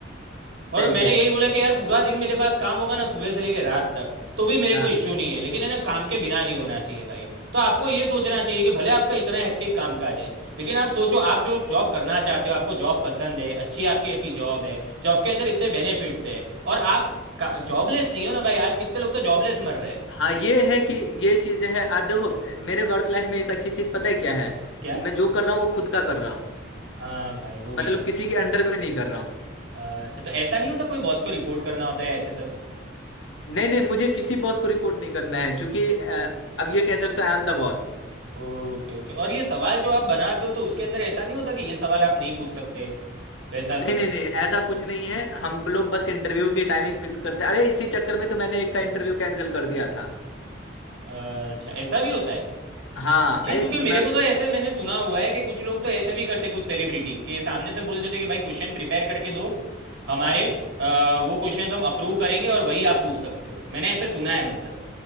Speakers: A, on the left; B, on the right.
A: सही
B: और मैंने
A: कह रहे
B: यही बोला कि यार पूरा दिन मेरे पास काम होगा ना सुबह से लेकर रात तक तो भी मेरे
A: हो।
B: को
A: हाँ
B: इश्यू नहीं है लेकिन है ना काम के बिना नहीं होना चाहिए भाई तो आपको ये सोचना चाहिए कि भले आपका इतना हेक्टिक काम काज है लेकिन आप सोचो आप जो जॉब करना चाहते हो आपको जॉब पसंद है अच्छी आपकी ऐसी जॉब है जॉब के अंदर इतने बेनिफिट्स है और आप जॉबलेस नहीं हो ना भाई आज कितने लोग तो जॉबलेस मर रहे हैं
A: हाँ ये है कि ये चीजें हैं और देखो मेरे वर्क लाइफ में एक अच्छी चीज पता है क्या है
B: क्या
A: कि मैं जो कर रहा हूँ वो खुद का कर रहा हूँ
B: हाँ भाई वो भी
A: मतलब
B: है
A: किसी के अंडर में नहीं कर रहा हूँ
B: अच्छा तो ऐसा नहीं होता कोई बॉस को रिपोर्ट करना होता है ऐसे सब
A: नहीं नहीं मुझे किसी बॉस को रिपोर्ट नहीं करना है क्योंकि अ, अब ये कह सकते हो आई एम द बॉस
B: Okay okay और ये सवाल जो आप बनाते हो तो उसके अंदर ऐसा नहीं होता कि ये सवाल आप नहीं पूछ सकते वैसा
A: नहीं
B: सब
A: नहीं नहीं ऐसा कुछ नहीं है हम लोग बस इंटरव्यू की टाइमिंग फिक्स करते हैं अरे इसी चक्कर में तो मैंने एक का इंटरव्यू कैंसिल कर दिया था
B: अच्छा ऐसा भी होता है
A: हाँ
B: नहीं
A: अरे
B: क्योंकि
A: मैं
B: मेरे को तो ऐसे मैंने सुना हुआ है कि कुछ लोग तो ऐसे भी करते कुछ सेलिब्रिटीज के सामने से बोल देते कि भाई क्वेश्चन प्रिपेयर करके दो हमारे अ, वो क्वेश्चन हम अप्रूव करेंगे और वही आप पूछ सकते हो मैंने ऐसे सुना है मतलब